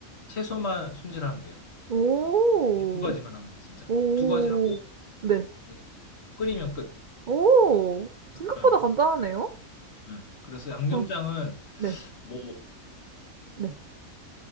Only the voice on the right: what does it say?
오,
오,
네.
오, 생각보다
간단하네요.
어, 네,
네.